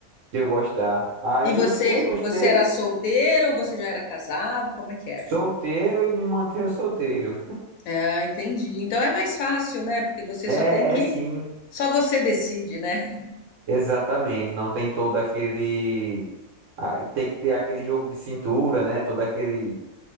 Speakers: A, on the right; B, on the left.
A: de eu gostar. Aí
B: E você,
A: eu fui, gostei,
B: você era solteiro ou você já era casado? Como é que era?
A: solteiro e me mantenho solteiro.
B: Ah, entendi. Então é mais fácil, né? Porque você
A: É,
B: só tem que.
A: é sim,
B: Só você decide, né?
A: exatamente. Não tem todo aquele. ah, Tem que ter aquele jogo de cintura, né? Todo aquele.